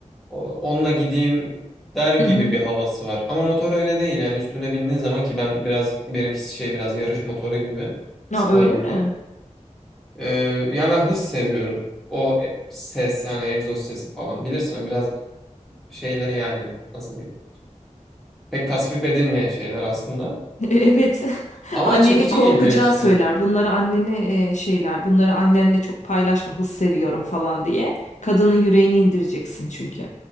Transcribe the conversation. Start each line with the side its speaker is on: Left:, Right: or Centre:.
Centre: o- onunla gideyim der gibi
Left: Hı hı.
Centre: bir havası var. Ama motor öyle değil yani üstüne bindiğin zaman ki ben biraz benimkisi şey biraz yarış motoru gibi.
Left: Ya
Centre: Spor
Left: öyle
Centre: motor.
Left: mi?
Centre: Ee, ya ben hız seviyorum. O e- ses yani egzoz sesi falan bilirsin o biraz şeyle yani nasıl diyeyim? Pek tasvip edilmeyen şeyler aslında.
Left: <laughs> E, evet. <laughs>
Centre: Ama
Left: Annenin
Centre: çekici
Left: korkacağı
Centre: geliyor işte.
Left: söyler. Bunları annene e, şeyler. Bunları annenle çok paylaşma. Hız seviyorum falan diye. Kadının yüreğini indireceksin çünkü.